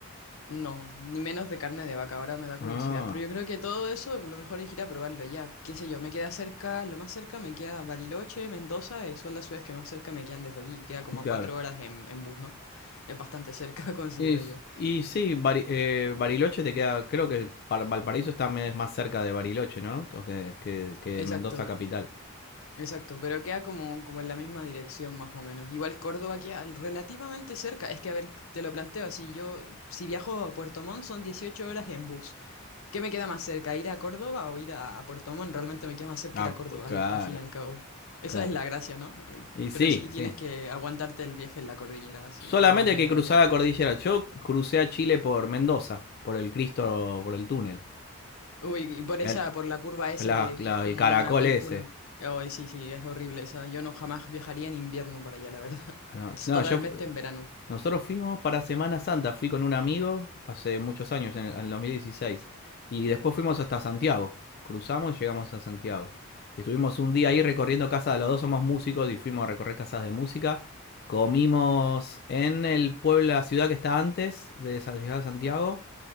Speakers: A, on the left; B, on the left.
A: No, ni menos de carne de vaca, ahora me da curiosidad,
B: Ah,
A: pero yo creo que todo eso lo mejor es ir a probarlo ya, qué sé yo, me queda cerca, lo más cerca me queda Bariloche, Mendoza, eh, son las ciudades que más cerca me quedan desde aquí, queda como
B: claro.
A: a cuatro horas en, en bus, ¿no? Es bastante cerca, <laughs> considero
B: Y, s-
A: yo.
B: y sí, Bari- eh, Bariloche te queda, creo que Par- Valparaíso está me- más cerca de Bariloche, ¿no? O Que, que, que
A: Exacto,
B: Mendoza capital.
A: exacto, pero queda como, como en la misma dirección más o menos. Igual Córdoba queda relativamente cerca, es que a ver, te lo planteo así, yo si viajo a Puerto Montt son 18 horas en bus. ¿Qué me queda más cerca? ¿Ir a Córdoba o ir a, a Puerto Montt? Realmente me queda más cerca
B: Ah,
A: ir a
B: p-
A: Córdoba,
B: claro,
A: al, a fin y al cabo. Esa
B: claro.
A: es la gracia, ¿no?
B: Y sí,
A: Pero sí tienes
B: sí.
A: que aguantarte el viaje en la cordillera, así,
B: Solamente
A: en las montañas.
B: hay que cruzar la cordillera. Yo crucé a Chile por Mendoza, por el Cristo, por el túnel.
A: Uy, y por
B: El,
A: esa, por la curva esa
B: la-
A: que,
B: la-
A: que es como
B: el caracol
A: una cuncuna.
B: ese.
A: Ay, sí, sí, es horrible esa. Yo no jamás viajaría en invierno para allá, la verdad. <laughs>
B: Ah,
A: Es
B: No,
A: totalmente
B: no, yo,
A: en verano.
B: Nosotros fuimos para Semana Santa, fui con un amigo hace muchos años, en el, en el 2016, y después fuimos hasta Santiago, cruzamos y llegamos a Santiago. Estuvimos un día ahí recorriendo casas, los dos somos músicos y fuimos a recorrer casas de música. Comimos en el pueblo, la ciudad que está antes de San de Santiago,